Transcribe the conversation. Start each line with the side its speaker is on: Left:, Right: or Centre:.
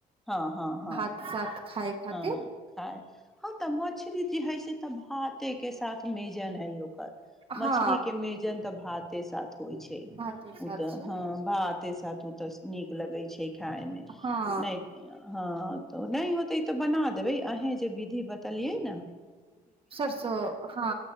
Centre: हँ हँ हँ
Right: भात साथ खाय खातिर
Centre: हँ खाइ हँ त मछ री जे हइ से तऽ भाते के साथ मेजन हइ ओ कर मछरी
Right: हँ
Centre: के मेजन तऽ भात ते साथ होइ छै
Right: भाते
Centre: उ
Right: साथ
Centre: तऽ
Right: छै
Centre: ह भाते सात उ तऽ नीक लगै छै खाय मे
Right: हँ
Centre: नइ हँ तऽ नइ होतै तऽ बना देबै आहे जे विधि बतेलियै न
Right: सरसो हँ